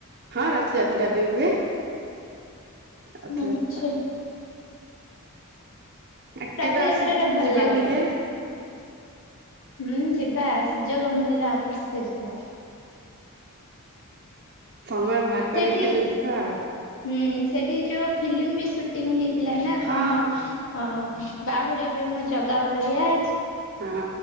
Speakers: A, on the right (about 45°); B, on the left (about 60°).
A: ହଁ ରଥଯାତ୍ରା ବି ହୁଏ। ରଥଯାତ୍ରା
B: ଆଚ୍ଛା।
A: ଆ
B: ରଥଯାତ୍ରାରେ
A: କେବେ ଆସୁନ
B: ଭଲ
A: ଯିବା
B: ଲାଗେ।
A: ବୁଲି?
B: ହୁଁ ଯିବା ସୁଯୋଗ ମିଳିଲା ଅବଶ୍ୟ ଯିବା।
A: ସମୟ ଭାହାର
B: ସେଠି
A: କରିକି କେବେ ଯିବା ଆଉ।
B: ହୁଁ ସେଠି ଯୋଉ ଫିଲ୍ମ ବି ସୁଟ୍ ଟିଂ ହେଇଥିଲା ନା,
A: ହଁ
B: କଣ ଅ ବାହୁଡିବେ ମୋ ଜଗା ବଳିଆ।
A: ହଁ